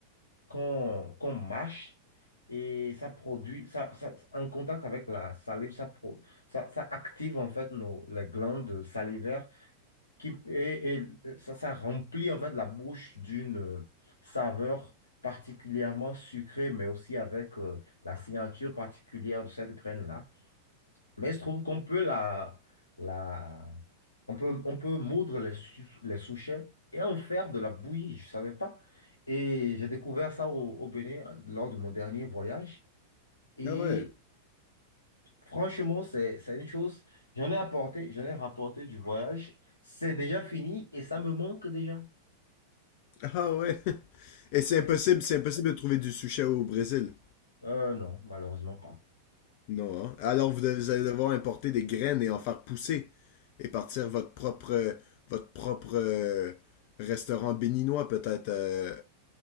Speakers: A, on the left; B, on the left.
A: qu'on qu'on mâche et ça produit, ça, ça- en contact avec la salive, ça, pro- ça, ça active en fait nos, les glandes salivaires qui, et, et, euh, ça, ça remplit en fait la bouche d'une euh, saveur particulièrement sucrée, mais aussi avec euh, la signature particulière de cette graine-là. Mais il se trouve qu'on peut la, la, on peut, on peut moudre les, sou- les souchets et en faire de la bouillie, je ne savais pas. Et j'ai découvert ça au, au Bénin lors de mon dernier voyage. Et
B: ah ouais.
A: franchement, c'est, c'est une chose, j'en ai apporté, j'en ai rapporté du voyage. C'est déjà fini et ça me manque déjà.
B: Ah ouais. <laughs> Et c'est
A: Oui.
B: impossible, c'est impossible de trouver du sushi au Brésil.
A: Euh, non, malheureusement pas.
B: Non, hein? Alors vous, devez- vous allez devoir importer des graines et en faire pousser et partir votre propre euh, votre propre euh, restaurant béninois peut-être euh,